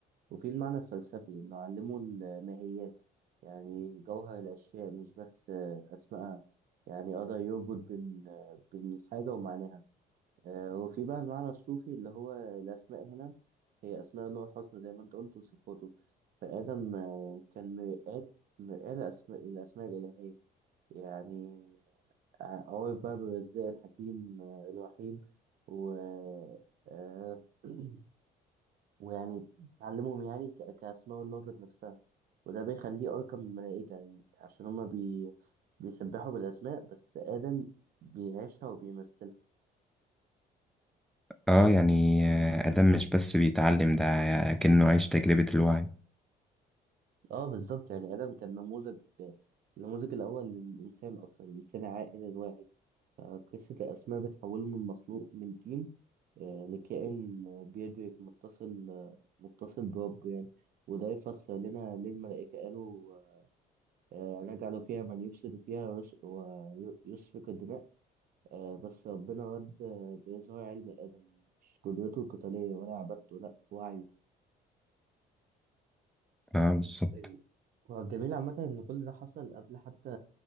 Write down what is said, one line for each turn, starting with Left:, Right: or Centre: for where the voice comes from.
Right: وفي المعنى الفلسفي إنه علمه الماهيات يعني جوهر الأشياء مش بس آه، أسمائها يعني قدر يربط بين آه، بين الحاجة ومعناها آه، وفي بقى المعنى الصوفي اللي هو الأسماء هنا هي أسماء الله الحسنى زي ما أنت قلت وصفاته فآدم آه، كان مرآة مرآة لأسماء الأسماء الإلهية يعني ع- عرف بقى بالرزاق الحكيم آه، الرحيم و آه، <clears throat> ويعني تعلمهم يعني ك- كأسماء الله ذات نفسها وده بيخليه أرقى من الملائكة يعني عشان هما بي... بيسبحوا بالأسماء بس آدم بيعيشها وبيمثلها
Centre: اه يعني آه، آدم مش بس بيتعلم ده كأنه عايش تجربة الوعي
Right: اه بالظبط يعني ادم كان نموذج النموذج الاول للانسان اصلا الانسان العاقل الواعي فقصه الاسماء بتحوله من مخلوق من طين آه، لكائن آه، بيدرك متصل آه، متصل بربه يعني وده يفسر لنا ليه الملائكه قالوا آه، نجعل فيها من يفسد فيها ويس- ويسفك الدماء آه، بس ربنا رد آه، بإظهار علم آدم مش قدرته القتالية ولا عبادته لأ وعيه
Centre: اه بالظبط
Right: ال- هو الجميل عامة إن كل ده حصل قبل حتى